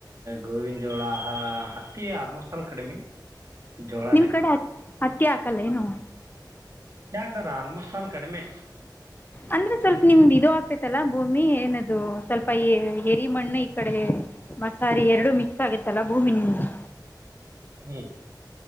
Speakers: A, on the right; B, on the left.
A: ಗೋವಿಂದ್ ಜೋಳ ಹತ್ತಿ ಆಲ್ಮೋಸ್ಟ್ ಆಲ್ ಕಡಿಮೆ ಜೋಳನೇ
B: ನಿಮ್ ಕಡೆ ಹತ್ತಿ ಹಾಕಲ್ಲ ಏನು
A: ಹಾಕ್ತಾರ ಆಲ್ಮೋಸ್ಟ್ ಆಲ್ ಕಡಿಮೆ
B: ಅಂದ್ರೆ ಸ್ವಲ್ಪ ನಿಮ್ದ್ ಇದು ಆಗ್ತೇತಲ್ಲ ಭೂಮಿ ಏನದು ಸ್ವಲ್ಪ ಎರಿ ಮಣ್ಣು ಈ ಕಡೆ ಮಸಾರಿ
A: ಹ್ಮ್
B: ಎರಡು ಮಿಕ್ಸ್ ಆಗುತ್ತೆ ತಲಭೂಮಿ ನಿಮ್ದು
A: ಹೂ